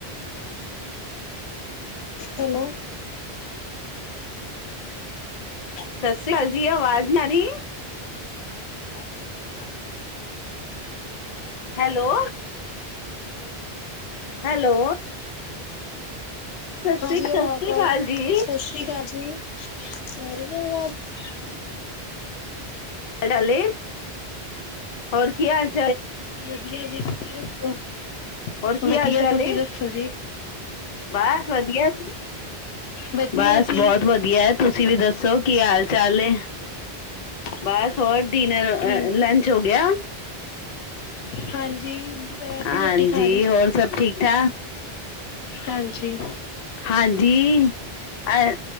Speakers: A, on the left; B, on the left.
A: ਹੈਲੋ
B: ਸਤਿ ਸ੍ਰੀ ਅਕਾਲ ਜੀ ਆਵਾਜ਼ ਨਹੀਂ ਆ ਰਹੀ ਹੈਲੋ ਹੈਲੋ ਸਤਿ
A: ਹਾਂਜੀ
B: ਸ੍ਰੀ ਸਤਿ
A: ਅਵਾਜ਼
B: ਸ੍ਰੀ ਅਕਾਲ
A: ਆ
B: ਜੀ
A: ਸਤਿ ਸ੍ਰੀ ਅਕਾਲ ਜੀ <unintelligible> ਆ ਰਹੀ ਹੈ ਅਵਾਜ਼
B: ਡਾਲੇ ਹੋਰ ਕੀ ਹਾਲ <unintelligible>
A: ਵਧੀਆ ਜੀ ਤੁਸੀਂ? ਆਹ <unintelligible>
B: ਹੋਰ ਕੀ
A: <unintelligible> ਵਧੀਆ
B: ਹਾਲ ਚਾਲ
A: ਤੁਸੀਂ
B: ਏ
A: ਦੱਸੋ ਜੀ
B: ਬਸ ਵਧੀਆ
A: ਵਧੀਆ
B: ਬਸ
A: ਜੀ
B: ਬਹੁਤ ਵਧੀਆ ਤੁ ਤੁਸੀਂ ਵੀ ਦੱਸੋ ਕੀ ਹਾਲ ਚਾਲ ਏ ਬਸ ਹੋਰ ਡਿਨਰ ਆ
A: ਠੀਕ
B: ਲੰਚ ਹੋ ਗਿਆ।
A: ਹਾਂਜੀ। ਦੁਪਹਿਰ
B: ਹਾਂਜੀ
A: ਦੀ ਰੋਟੀ ਖਾ ਲਈ
B: ਹੋਰ ਸਭ ਠੀਕ ਠਾਕ
A: ਹਾਂਜੀ।
B: ਹਾਂਜੀ ਅ